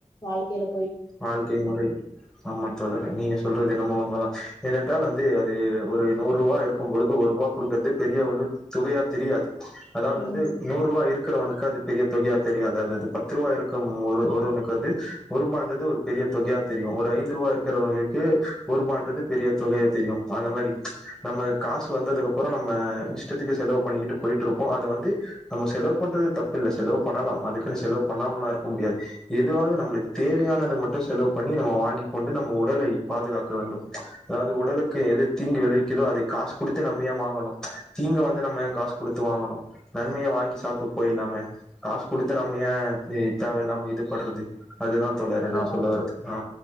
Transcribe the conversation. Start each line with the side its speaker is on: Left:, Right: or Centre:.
Left: வாழ்க்கைல
Centre: வாழ்க்கை முறை ஆமாங் தோழறே நீங்க சொல்றது என்னமோ உண்மதா ஏனென்றால் வந்து அது ஒரு நூறு ருவா இருக்கும்பொழுது ஒருவா குடுக்கறதே பெரிய ஒரு தொகையா தெரியாது அதாவது
Left: ம்
Centre: வந்து நூறுவா இருக் இருக்றவனுக்கு அது பெரிய தொகையா தெரியாது அது அது பத்து ருவா இருக்கம் ஒரு ஒருவனுக்கு வந்து ஒருபான் றது ஒரு பெரிய தொகையா தெரியு ஒரு ஐந்து ருவா இருக்றவங்களுக்கு ஒருபான்றது பெரிய தொகையா தெரியு அந்த மாரி நம்ம காசு வந்ததுக்கப்பறொ நம்ம இஷ்டத்துக்கு செலவு பண்ணிகிட்டு போயிட்ருப்போ அது வந்து நம்ம செலவு பண்றது தப்பில்ல செலவு பண்ணலாம் அதுக்குனு செலவு பண்ணாம எல்லா இருக்க முடியாது எதுவாது நம்மளுக்கு தேவையான த மட்டு செலவு பண்ணி நம்ம வாங்கி கொண்டு நம்ம உடலை பாதுகாக்க வேண்டும் அதாவது உடலுக்கு எது தீங்கு விளைவிக்கிதோ அதை காசு குடுத்தே நம்ம ஏ வாங்கணு தீங்க வந்து நம்ம ஏ காசு குடுத்து வாங்கணு நன்மைய வாங்கி சா ப்ட்டு போய்டலாமே காசு குடுத்து நம்ம ஏ இ தேவையில்லாம இது படுறது அதுதா தோழரே நா
Left: ப்பா
Centre: சொல்ல வரது ஆ